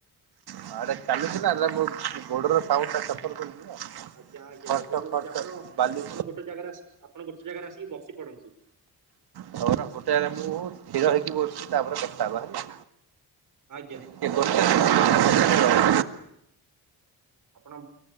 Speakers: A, on the right (about 75°); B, on the right (about 55°).
A: ହଁ ଏଟା ଚାଲୁଚୀନା ହେଲା ମୁ ଗୋଡର ସାଉଣ୍ଡ ଟା ଚପଲ କରିଛି ନା।
B: ଆଜ୍ଞା ଆଜ୍ଞା
A: ଖଟ
B: ଏବେ ବି ହଉଛି
A: ଖଟ
B: ଆପଣ
A: ବାଲି
B: ଆପଣ ଗୋଟେ ଜାଗାରେ ଆପଣ ଗୋଟେ ଜାଗାରେ ଆସିକି ବସି ପଡନ୍ତୁ।
A: ହଉ ରହ ଗୋଟେ ଜାଗାରେ ମୁଁ ସ୍ଥିର ହେଇକି ବସିଛି ତାପରେ କଥା ହେବା ହେଲା।
B: ଆଜ୍ଞା।
A: <unintelligible>
B: ଆପଣ